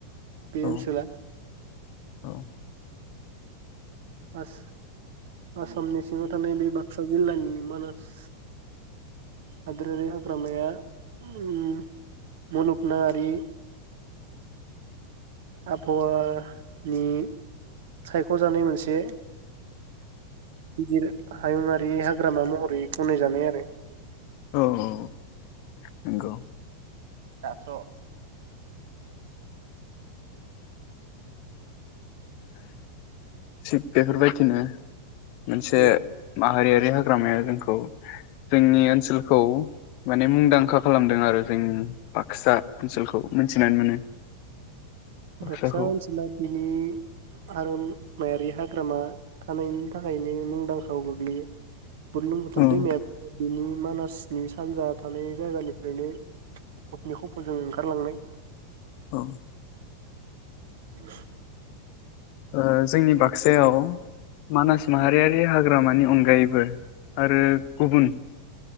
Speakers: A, on the right; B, on the left.
A: बे
B: औ
A: ओनसोला
B: औ
A: बास आसामनि सिङाव थानाय बे बाक्सा जिल्लानि मानास हादोरारि हाग्रामाया उम मुलुगनाङारि आबहावानि सायखजानाय मोनसे गिदिर हायुङरि हाग्रामा महरै गनायजानाय आरो।
B: औ औ नंगौ
A: दाथ
B: थिग बेफोर बायदिनो मोनसे
A: औ
B: माहारियारि हाग्रामाया जोंखौ रै जोंनि ओनसोलखौ माने मुंदांखा खालामदों आरो जोंनि बाक्सा ओनसोलखौ। मोनथिनानै मोनो। बाक्साखौ
A: बाकसा ओन्सोला बिनि आरो मायारि हाग्रामा थानायनि थाखायनो मुंदांखायाव गोग्लैयो। बुरलुंबुथुर
B: औ
A: दैमाया बिनि मानासनि सानजा थानाय जायगानिफ्रायनो गफनि खफजों ओंखारलांनाय
B: औ
A: <inaudible>
B: ओ जोंनि बाक सायाव मानास माहारियारि हाग्रामानि अनगायैबो आरो गुबुन